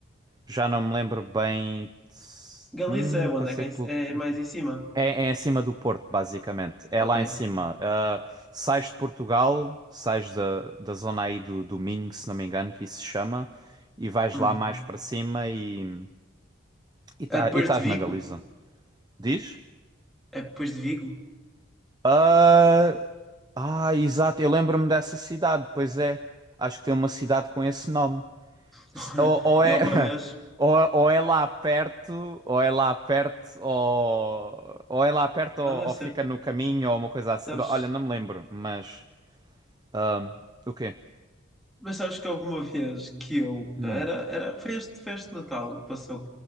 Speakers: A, on the right; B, in the centre.
A: já não me lembro bem. de se-
B: Galiza
A: Hum,
B: é onde?
A: passei
B: É, cá em-
A: pelo.
B: é mais em cima?
A: É, é em cima do Porto, basicamente. É
B: Ok.
A: lá em cima. Ah, sais de Portugal, sais da, da zona aí do, do Minho, se não me engano, que isso se chama, e vais
B: Hum.
A: lá mais para cima e e tá-
B: É depois
A: e estás
B: de Vigo?
A: na Galiza. Diz?
B: É depois de Vigo?
A: Ah, ah, exato. Eu lembro-me dessa cidade, pois é. Acho que tem uma cidade com esse nome. S-
B: <laughs> Olha,
A: Ou, ou
B: eu
A: é,
B: uma vez,
A: <laughs> ou, ou é lá perto, ou é lá perto, ou, ou é lá perto, ou,
B: não deve
A: ou
B: ser,
A: fica no caminho, ou uma coisa assim.
B: sabes,
A: Olha, não me lembro, mas. ah, o quê?
B: mas sabes que houve uma vez que eu,
A: Hum,
B: era, era, foi este, foi este Natal que passou,